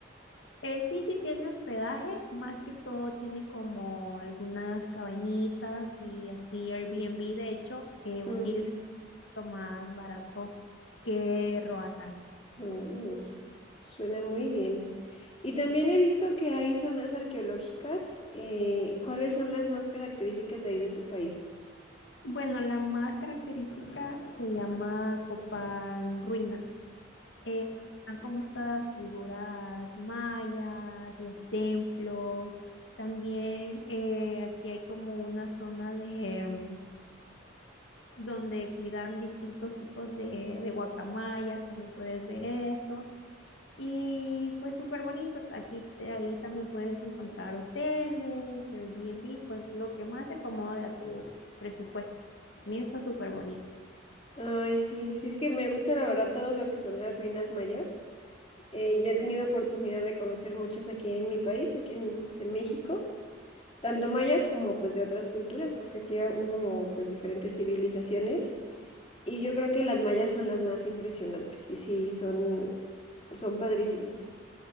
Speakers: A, on the left; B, on the left.
A: Eh, sí, sí tiene hospedaje, más que todo tiene como algunas cabañitas y así Airbnb, de hecho, útil
B: Mm,
A: más barato que Roatán.
B: uh, suena muy bien. Y también he visto que hay zonas arqueológicas. eh, ¿cuáles son las más características de ahí de tu país?
A: Bueno, la más característica se llama Copán Ruinas. Eh, están como estas figuras mayas, los templos. También eh, aquí hay como una zona de em, donde cuidan distintos tipos de, de guacamayas, también puedes ver eso. Y pues súper bonito, aquí eh, ahí también puedes encontrar hoteles, Airbnb, pues lo que más se acomode a tu presupuesto. También está súper bonito.
B: Ay, sí, sí, es que me gusta la verdad todo lo que son las ruinas mayas. Eh, ya he tenido oportunidad de conocer muchas aquí en mi país, aquí en, pues, en México, tanto mayas como pues de otras culturas, porque aquí ha- hubo pues diferentes civilizaciones y yo creo que las mayas son las más impresionantes y sí, son, son padrísimas.